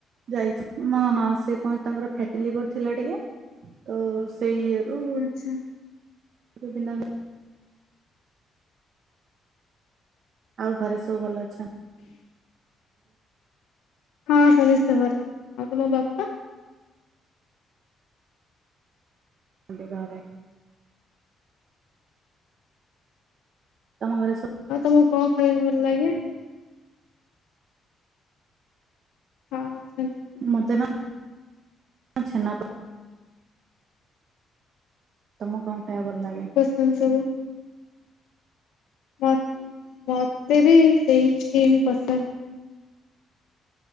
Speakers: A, on the right; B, on the left.
A: ଯାଇଛି ନା ନା ସେ ପୁଣି ତାଙ୍କର ଫେଟି ଲିଭର ଥିଲା ଟିକେ। ତ ସେଇ ଇଅରୁ
B: ଆଛା।
A: ଗୋବିନ୍ଦା ଭାଈ। ଆଉ ଘରେ ସବୁ ଭଲ ଅଛନ।
B: ହଁ ସମସ୍ତେ ଭଲ ଆଉ ତମ ବାପା?
A: ଏବେ ଘରେ। ତମ ଘରେ ସବୁ
B: ଆଉ ତମକୁ କଣ ଖାଇବା ପାଇଁ ଭଲ ଲାଗେ? ହଁ ଅଛନ୍ତି।
A: ମତେ ନା ଛେନାପୋଡ। ତମକୁ କଣ ଖାଇବାକୁ ଭଲ ଲାଗେ?
B: ସେ ସବୁ ମତ ମତେ ବି ସେଇ କ୍ରିମ୍ ପସନ୍ଦ।